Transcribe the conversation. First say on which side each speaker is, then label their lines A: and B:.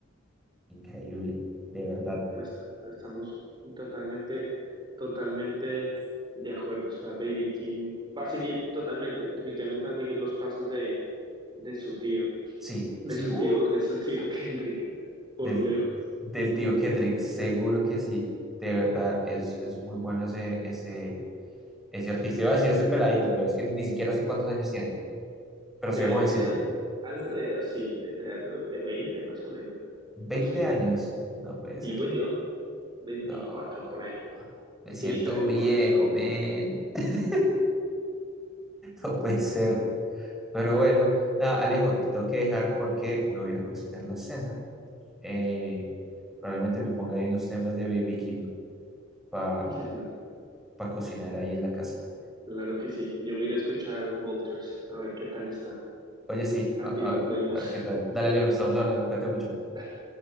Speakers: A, in the centre; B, on the right.
A: Increíble, de verdad.
B: Est- Estamos totalmente, totalmente de acuerdo. O sea, Baby Kim va a seguir totalmente, definitivamente va a seguir los pasos de, de su tío,
A: Sí,
B: de
A: sí,
B: su
A: uh,
B: tío, de su tío <laughs> Kendrick, por
A: del,
B: lejos.
A: del tío Kendrick, seguro que sí. De verdad, es, es muy bueno ese, ese Es cierto, te iba a decir ese peladito, pero es que ni siquiera sé cuántos años tiene. Pero
B: Debe
A: soy jovencito.
B: tener alrededor, sí, debe tener alrededor de 20 más o menos.
A: Veinte
B: No sé,
A: años? No puede
B: digo
A: ser.
B: yo, 24
A: No.
B: por ahí.
A: Me siento
B: Sí, se ve joven.
A: viejo, men. <laughs> No puede ser. Pero bueno, nada, Alejo, te tengo que dejar porque me voy a ir a cocinar la cena. Eh, probablemente me ponga ahí unos temas de Baby Kim para
B: <laughs>
A: cocinar ahí en la casa.
B: Claro que sí. Yo me iré a escuchar Volters, a ver qué tal está.
A: Oye, sí,
B: Santi,
A: a, a-
B: nos vemos.
A: a ver qué tal. Dale, Alejo, estamos hablando, cuídate mucho.
B: <laughs>